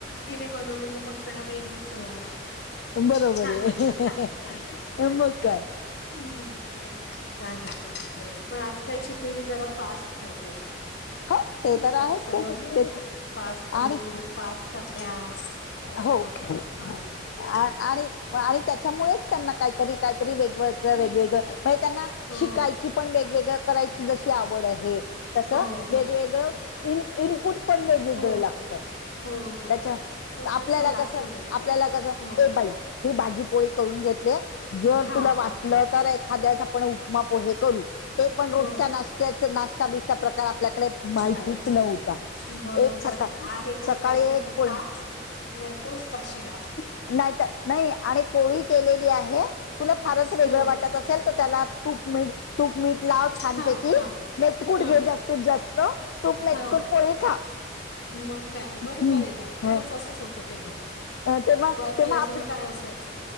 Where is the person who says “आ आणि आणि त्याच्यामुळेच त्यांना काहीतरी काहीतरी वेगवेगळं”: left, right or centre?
Left